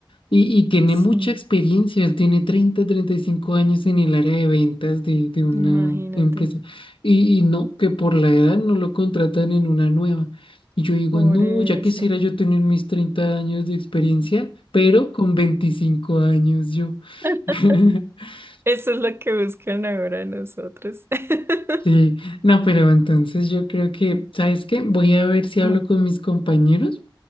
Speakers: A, on the left (about 80°); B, on the right (about 25°).
A: y, y tiene
B: sí.
A: mucha experiencia. Él tiene treinta treinta y cinco años en el área de ventas de, de una
B: Imagínate,
A: empresa. Y, y no, que por la edad no lo contratan en una nueva. Y yo digo,
B: por
A: no,
B: eso.
A: ya quisiera yo tener mis 30 años de experiencia, pero con 25 años yo.
B: <laughs>
A: <laughs>
B: Eso es lo que buscan ahora nosotros. <laughs>
A: Sí, no, pero entonces yo creo que, ¿sabes qué? Voy a ver si hablo
B: Mm,
A: con mis compañeros,